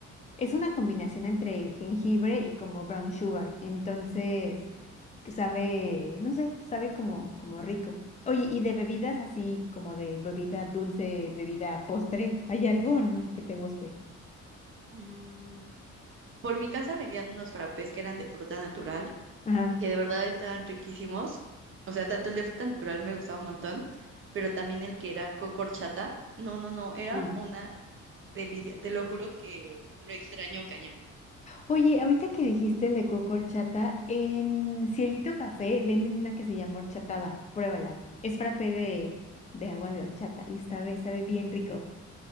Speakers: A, on the left; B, on the right.
A: es una combinación entre jengibre y como brown sugar. Entonces, que sabe, no sé, sabe como, como rico. Oye, y de bebidas así como de bebida dulce, bebida postre, ¿hay algo o no que te guste?
B: Mm, por mi casa vendían unos frappés que eran de fruta natural,
A: Ajá.
B: que de verdad estaban riquísimos. O sea, tanto el de fruta natural me gustaba un montón, pero también el que era cocorchata. No, no, no, era
A: uy
B: una delicia. Te lo juro que lo extraño cañón.
A: Oye, ahorita que dijiste el de coco horchata, en Cielito Café venden una que se llama horchatada. Pruébala. Es frappé de, de agua de horchata y sabe, sabe bien rico.